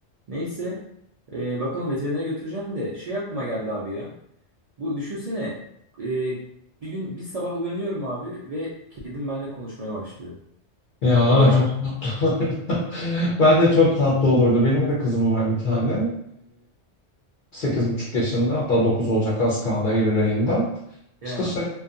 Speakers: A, on the right; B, on the left.
A: Neyse e, bakalım veterinere götüreceğim de şey aklıma geldi abi ya. Bu düşünsene e, bir gün bir sabah uyanıyorum abi ve kedim benimle konuşmaya başlıyor.
B: Ya
A: Öğrenmiş.
B: çok tatlı olurdu. <laughs> Bence çok tatlı olurdu. Benim de kızım var bir tane. sekiz buçuk yaşında hatta 9 olacak az kaldı Eylül ayında.
A: Ya.
B: İşte şey